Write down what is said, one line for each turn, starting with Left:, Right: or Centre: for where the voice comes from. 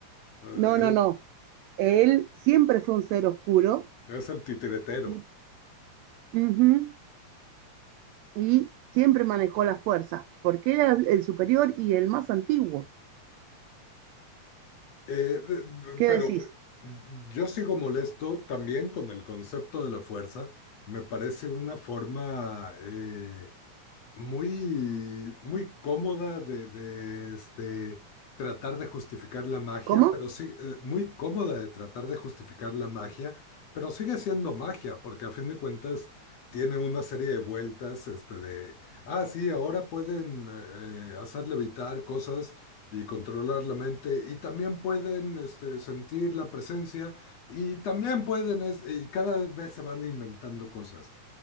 Left: Eh,
Right: No, no, no. Él siempre fue un ser oscuro
Left: Es, es el titiretero.
Right: y, ujú, y siempre manejó las fuerzas, porque era el superior y el más antiguo.
Left: Eh, de-
Right: ¿Qué
Left: pero
Right: decís?
Left: yo sigo molesto también con el concepto de la fuerza. Me parece una forma eh, muy, muy cómoda de, de, este, tratar de justificar la magia,
Right: ¿Cómo?
Left: pero sí, eh, muy cómoda de tratar de justificar la magia, pero sigue siendo magia, porque a fin de cuentas tiene una serie de vueltas, este, de, ah, sí, ahora pueden eh, hacer levitar cosas. y controlar la mente y también pueden este, sentir la presencia y también pueden es- y cada vez se van inventando cosas